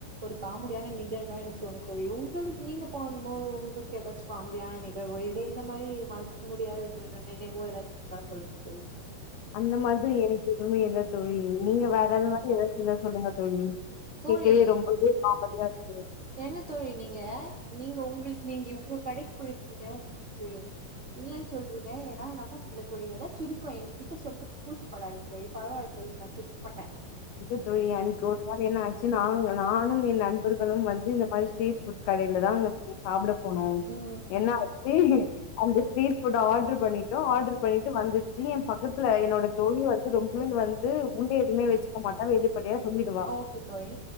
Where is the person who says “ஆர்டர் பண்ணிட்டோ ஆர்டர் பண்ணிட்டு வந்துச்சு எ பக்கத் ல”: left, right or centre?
Left